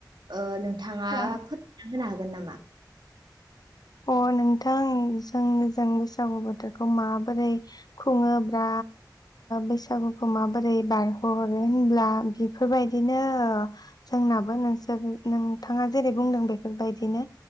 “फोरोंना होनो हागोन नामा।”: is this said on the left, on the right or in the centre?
Right